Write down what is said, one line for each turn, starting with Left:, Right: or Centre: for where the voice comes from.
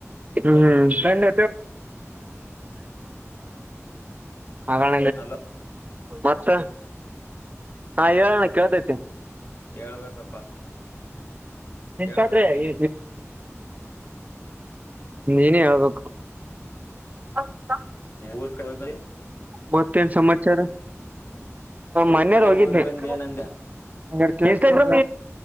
Right: ಹ್ಮ್--ಅಲೋ--ಅಣ
Left: ಹಲೋ
Right: ಹಾಗಣ
Left: ಹಲೋ
Right: ಮತ್ತ ಹಾ ಹೇಳಣ ಕೇಳತೈತಿ
Left: ಹೇಳ್ಬೇಕಪ್ಪಾ
Right: ಇಂಶೋಟ್ರಿ
Left: ಹೇಳ್ಬೇಕ್ ನೀನೇ
Right: ಈ ನೀನೇ ಹೇಳ್ಬೇಕು <inaudible>
Left: ಊರ್ ಕಡೆ ಹೋಗ್ ಬಂದಿ
Right: ಮತ್ತೇನ್ ಸಮಾಚಾರ
Left: ಊರ್
Right: ಮನ್ನೆರ್
Left: ಕಡೆ
Right: ಹೋಗಿದ್ವಿ--ಇನ್ಸ್ಟಾಗ್ರಾಮ್
Left: ಹೋಗಿ ಬಂದ ಏನಂದೆ